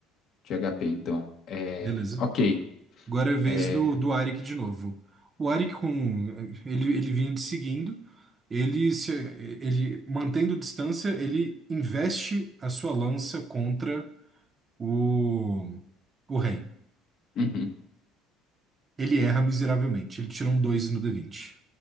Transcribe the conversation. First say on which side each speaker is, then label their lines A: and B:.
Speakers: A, on the left; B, on the right.
A: de HP, então. É,
B: Beleza.
A: ok.
B: Agora é a vez
A: É,
B: do, do Arik de novo. O Arik com ele, ele vinha te seguindo, ele se, ele mantendo distância, ele investe a sua lança contra o o rei.
A: Uhum.
B: Ele erra miseravelmente. Ele tirou um 2 no d vinte